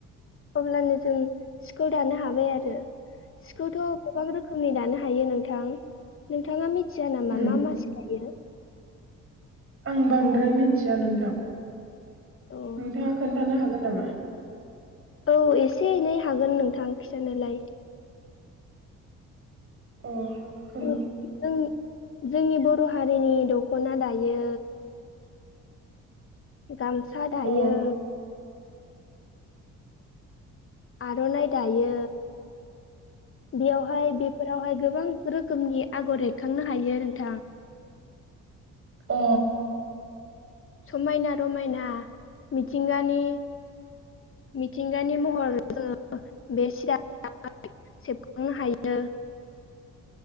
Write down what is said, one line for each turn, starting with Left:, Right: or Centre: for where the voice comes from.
Left: अब्लानो जों सिखौ दानो हाबाय आरो सिखौथ' गोबां रोखोमनि दानो हा हायो नोंथां मिथिया नामा
Right: उम
Left: मा मा सि दायो?
Right: आं बांद्राय मिथिया नोंथां
Left: औ
Right: नोंथाङा खोन्थानो हागोन! नामा
Left: औ एसे एनै हागोन नोंथां खिथानोलाय
Right: एह खोन
Left: जों जोंनि बर' हारिनि दख'ना दायो। गामसा दायो।
Right: अ
Left: आर'नाइ दायो बेयावहाय बेफोरावहाय गोबां रोखोमनि आगर एर खांनो हायो नोंथां
Right: अ
Left: समायना रमायना मिथिंगानि मिथिंगानि महर जोङो बे सिआव सेबखांनो हायो।